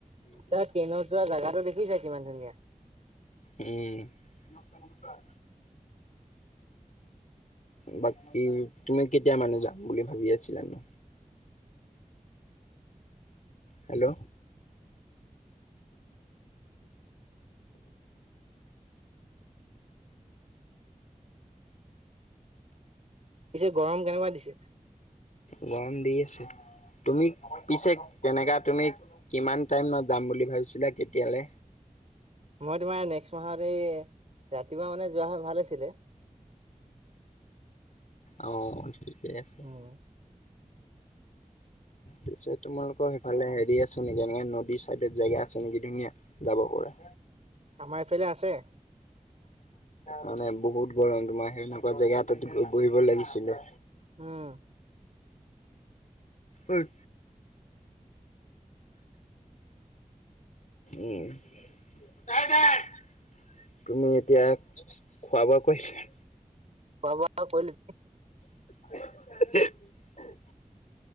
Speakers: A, on the right (about 50°); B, on the left (about 60°).
A: তাৰ ট্ৰেইনত যোৱা জাগাটো দেখিছা? কিমান ধুনীয়া।
B: উম, নমস্কাৰ, নমস্কাৰ। বাকী, তুমি কেতিয়া মানে যাম বুলি ভাবি আছিলা নো?
A: <inaudible>
B: হেল্ল'?
A: পিছে, গৰম কেনেকুৱা দিছে?
B: গৰম দি আছে, তুমি পিছে কেনেকা তুমি, কিমান টাইমত যাম বুলি ভাবিছিলা, কেতিয়ালে?
A: মই তোমাৰ নেষ্ট মাহত, এই ৰাতিপুৱা মানে যোৱাহৈ ভাল আছিলে।
B: অ, ঠিকেই আছে।
A: উম। <inaudible>
B: পিছে, তোমালোকৰ সেইফালে হেৰি আছে নেকি? এনেকে নদীৰ চাইডত জেগা আছে নেকি, ধুনীয়া? যাব পৰা।
A: আমাৰ এইফালে আছে।
B: মানে বহুত গৰম তোমাৰ, সেনেকুৱা জেগা এটাত বহিব লাগিছিলে।
A: উম,
B: অই, উম, <unintelligible> তুমি এতিয়া, খোৱা-বোৱা কৰিছিলা?
A: খোৱা-বোৱা <inaudible>
B: <unintelligible>